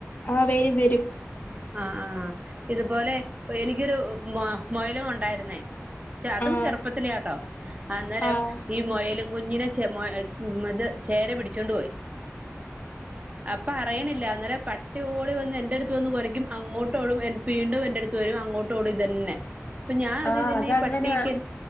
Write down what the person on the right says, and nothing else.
ആ ആഹ് ഇതുപോലെ എനിക്കൊരു മ മൊയലും ഉണ്ടായിരുന്നേ അതും
ചെറുപ്പത്തിലാട്ടോ അന്നേരം
ഈ മൊയലും കുഞ്ഞിനെ ചെ ഇത് ചേര പിടിച്ചോണ്ട് പോയി അപ്പൊ അറിയണില്ല അന്നേര പട്ടി ഓടി വന്ന് എന്റെ അടുത്ത് വന്ന് കുറയ്ക്കും അങ്ങോട്ടോടും എ വീണ്ടും എന്റെ അടുത്ത് വരും അങ്ങോട്ടോടും ഇതന്നെ അപ്പൊ ഞാൻ അത്
ഇതന്നെ
ഈ പട്ടിക്ക്